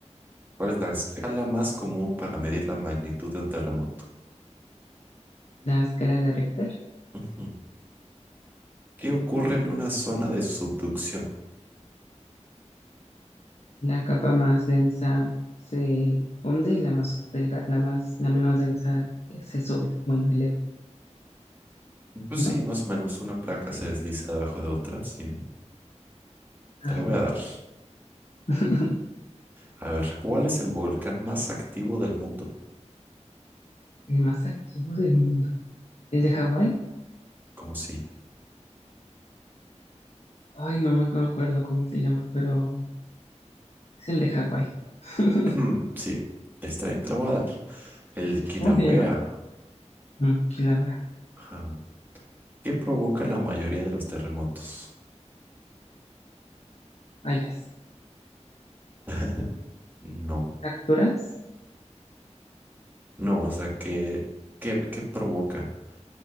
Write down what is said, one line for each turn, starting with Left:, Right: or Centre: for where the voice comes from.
Right: ¿Cuál es la escala más común para medir la magnitud de un terremoto?
Left: La escala de Richter.
Right: Ujú. ¿Qué ocurre en una zona de subducción?
Left: La capa más densa se hunde y la más delga- la más, la menos densa eh, se sube. Bueno, eleva,
Right: Pues
Left: ¿no?
Right: sí, más o menos una placa se desliza debajo de otra, sí.
Left: Ah,
Right: Te la
Left: bueno.
Right: voy a dar.
Left: <laughs>
Right: A ver, ¿cuál es el volcán más activo del mundo?
Left: el más activo del mundo. ¿El de Hawái?
Right: Como si
Left: Ay, no me acu- acuerdo cómo se llama, pero es el de Hawái. <laughs>
Right: <clears throat> Mm, Sí, está bien, te la voy a dar. El Kilauea.
Left: ¿Cómo se llama? Mm, Kilauea.
Right: Ajá. ¿Qué provoca la mayoría de los terremotos?
Left: Hayas.
Right: <laughs> No,
Left: ¿Capturas?
Right: no, o sea, ¿qué, qué, qué provoca?